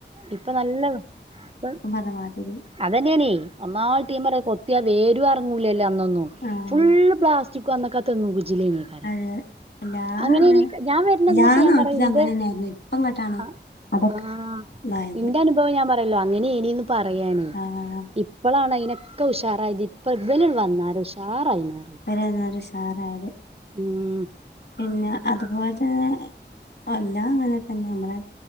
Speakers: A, on the right (about 30°); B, on the left (about 65°).
A: ഇപ്പൊ നല്ലവ് പ്പ
B: പറഞ്ഞ മാതിരി
A: അതന്നെണേയ് ഒന്നായിട്ട് ഞാ പറേ കൊ ത്തിയാ വേരും അറങ്ങൂലല്ലോ അന്നൊന്നും
B: ആഹ്
A: ഫുള്ള് പ്ലാസ്റ്റിക്കു അന്നൊക്കെ തെങ്ങും കുജ്ജ്ലേന്നു. ആരാ
B: അത് എല്ലാടെ
A: അങ്ങനെനീ ഞാ വര്ണന്നൊക്കെ
B: എല്ലാ
A: ഞാ
B: നാട്ടിലും
A: പറയാ ഇന്റെ
B: അങ്ങനെ തന്നെയായിരുന്നു ഇപ്പം ഇങ്ങട്ടാണ്
A: ആഹ്.
B: അതൊക്കെ
A: ആഹ്,
B: ഇതായത്
A: ഇന്റെ അനുഭവം ഞാ പറയല്ലോ അങ്ങനെനീന്ന് പറയാനേ ഇ
B: ആഹ്
A: ഇപ്പളാണ് അയിനൊക്കെ ഉഷാറായത് ഇപ്പ ഇബല്ൺ വന്നാല് ഉഷാറായിന്ന്അർ
B: ഇപരന്നാല് ഉഷാറായത്
A: ഉം
B: പിന്നെ അതുപോ ഏഹ് ആഹ് ഞാങ്ങനെതന്നെ അമ്മളെ